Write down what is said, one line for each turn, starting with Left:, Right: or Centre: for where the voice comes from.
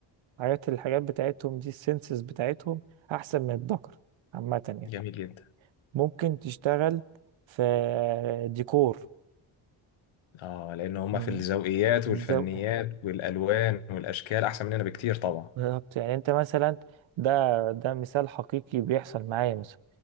Right: حاجات الحاجات بتاعتهم دي السنسز بتاعتهم احسن من الذكر عامة يعني
Left: جميل جدا
Right: ممكن تشتغل في ديكور
Left: اه لان هما
Right: من
Left: في الذوقيات
Right: الذوق
Left: والفنيات والالوان والاشكال احسن مننا بكتير طبعا
Right: بالظبط يعني انت مثلا ده ده مثال حقيقي بيحصل معايا مثلا